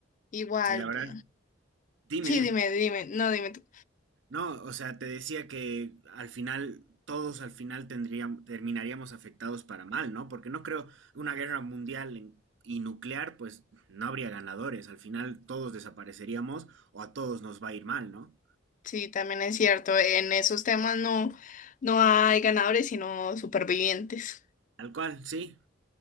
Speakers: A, on the left; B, on the right.
A: Igual,
B: Sí, la verdad.
A: eh,
B: Dime,
A: sí,
B: dime.
A: dime, dime, no, dime tú.
B: No, o sea, te decía que al final, todos al final tendríamos, terminaríamos afectados para mal, ¿no? Porque no creo una guerra mundial en- y nuclear, pues no habría ganadores. Al final todos desapareceríamos o a todos nos va a ir mal, ¿no?
A: Sí, también es cierto, en esos temas no, no hay ganadores, sino supervivientes.
B: Tal cual, sí.